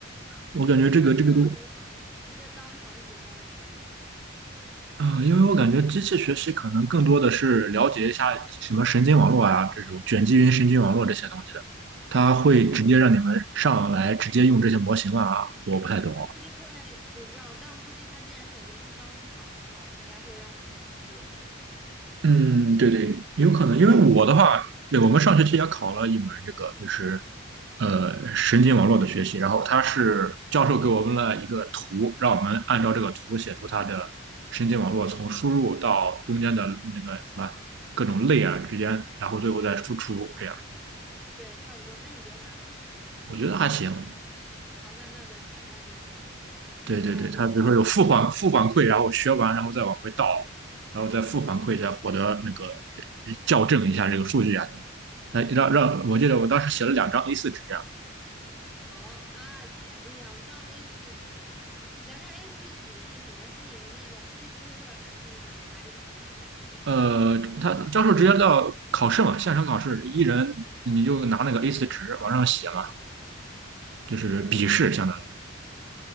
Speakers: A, on the right; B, in the centre.
A: 我感觉这个这个就，
B: 他是让我们直接当场写代码呀。
A: 嗯、因为我感觉机器学习可能更多的是了解一下什么神经网络啊，这种卷积云神经网络这些东西的，它会直接让你们上来直接用这些模型啊。
B: 他估计
A: 我不太懂。
B: 他估计会，我知道，但估计他既然选择是当场考，那应该会让我们写吧。
A: 嗯，对对，有可能，因为我的话，
B: 会考我们。
A: 对，我们上学期也考了一门这个，
B: 简单过，
A: 就是呃神经网络的学习，然后他是教授给我们了一个图，让我们按照这个图写出它的
B: 对
A: 神经网络从输入到中间的那个什么各种类啊之间，
B: 对，嗯，
A: 然后最后再输出，这样
B: 对，差不多。那你觉得难吗？
A: 我觉得还行。
B: 哦，那那就好，那就好。
A: 对对对，
B: 哎呀，没关系。
A: 他比如说有负反负反馈，然后学完然后再往回倒，然后再负反馈，再获得那个呃校正一下这个数据啊等等。
B: 嗯哼，
A: 那让让我记得我当时写了两张 a 四纸这样。
B: 哦啊，这样两张 a 四纸，两张 a 四纸是什么？是你的那个 cheese paper 还是你的答题卡？
A: 呃，他教授直接到考试嘛，线上考试，一人你就拿那个 a 四纸往上写嘛，
B: 哦
A: 就是笔试相当于